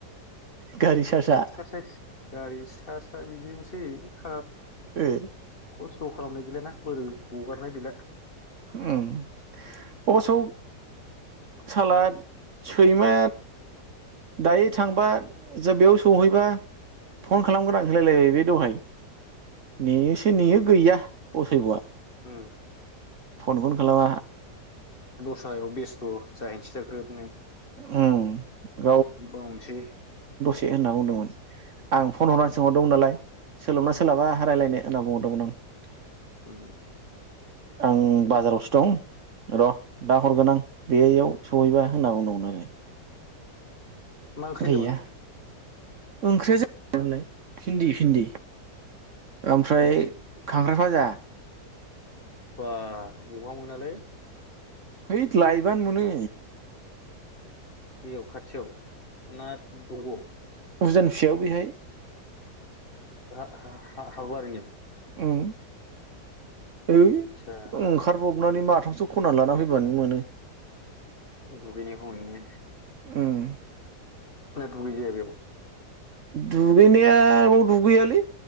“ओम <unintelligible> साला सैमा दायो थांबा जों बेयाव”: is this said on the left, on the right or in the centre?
Right